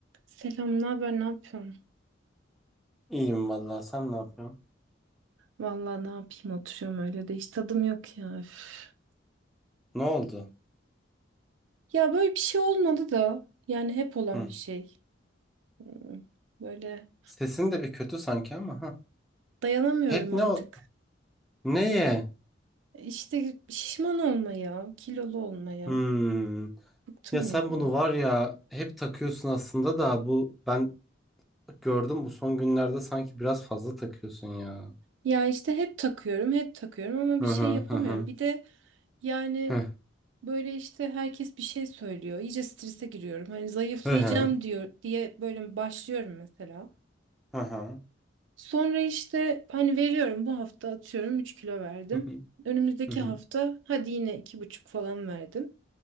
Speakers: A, on the right; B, in the centre.
A: Selam, ne haber, ne yapıyorsun?
B: İyiyim vallahi sen ne yapıyorsun?
A: Vallahi ne yapayım oturuyorum öyle de hiç tadım yok ya. üf.
B: Ne oldu?
A: Ya böyle bir şey olmadı da yani hep olan
B: Hı.
A: bir şey. Hmm, Böyle
B: Sesin de bir kötü sanki ama ha.
A: dayanamıyorum
B: Hep ne
A: artık.
B: o neye?
A: İşte şişman olmaya, kilolu olmaya
B: Hmm.
A: bıktım
B: Ya sen
A: ya.
B: bunu var ya hep takıyorsun aslında da bu ben gördüm bu son günlerde sanki biraz fazla takıyorsun ya.
A: Ya işte hep takıyorum, hep takıyorum ama bir
B: Hı
A: şey
B: hı
A: yapamıyorum.
B: hı hı.
A: Bir de yani
B: Hı
A: böyle işte herkes bir şey söylüyor. İyice strese giriyorum. Hani zayıflayacağım
B: hı hı.
A: diyor diye böyle başlıyorum mesela.
B: Hı hı.
A: Sonra işte hani veriyorum bu hafta atıyorum 3 kilo verdim.
B: Hı hı.
A: Önümüzdeki
B: Hı hı.
A: hafta hadi yine iki buçuk falan verdim.